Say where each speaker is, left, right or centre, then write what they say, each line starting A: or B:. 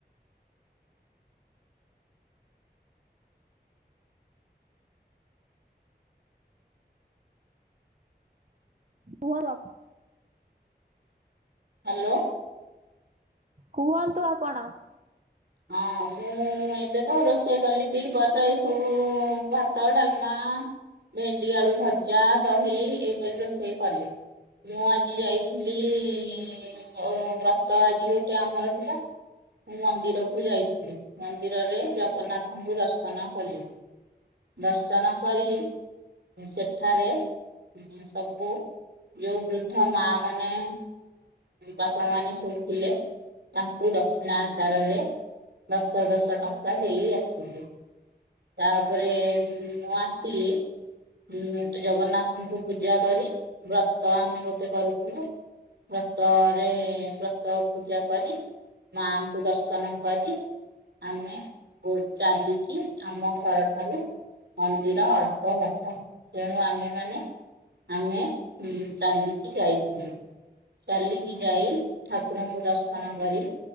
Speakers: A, on the right; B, on the right.
A: କୁହ <inaudible>
B: ହ୍ୟାଲୋ।
A: କୁହନ୍ତୁ ଆପଣ?
B: ହଁ ମୁଁ ଏବେ ତ ରୋଷେଇ କଲି ଦି ବଟ ଏ ସବୁ ଭାତ ଡାଲମା। ଭେଣ୍ଡି ଆଳୁ ଭଜା ଦହି ଏପରି ରୋଷେଇ କଲି। ମୁଁ ଆଜି ଯାଇଥିଲି ମୋର ବ୍ରତ ଆଜି ଗୋଟେ ଆମର ଥିଲା। ମୁଁ ମନ୍ଦିରକୁ ଯାଇଥିଲି ମନ୍ଦିରରେ ଜଗନ୍ନାଥଙ୍କୁ ଦର୍ଶନ କଲି। ଦର୍ଶନ କରି ସେଠାରେ ସବୁ ଯୋଉ ବୃଦ୍ଧ ମା ମାନେ ବାପା ମାନେ ସବୁ ଥିଲେ ତାଙ୍କୁ ଦକ୍ଷିଣା ଆକାରରେ ଦଶ ଦଶ ଟଙ୍କା ଦେଇ ଆସିଲି। ତାପରେ ନଆସି ହଁ ଜଗନ୍ନାଥଙ୍କୁ ପୂଜା କରି ବ୍ରତ ଆମେ ଗୋଟେ କରୁଥିଲୁ। ବ୍ରତରେ ବ୍ରତ ପୂଜା କରି ମାଙ୍କୁ ଦର୍ଶନ କରି ଆମେ ଚାଲିକି ଆମ ଘରଠାରୁ ମନ୍ଦିର ଅଳ୍ପ ବାଟ ତେଣୁ ଆମେମାନେ ଆମେ ଚାଲିକି ଯାଇଥିଲୁ। ଚାଲିକି ଯାଇ ଠାକୁରଙ୍କୁ ଦର୍ଶନ କରି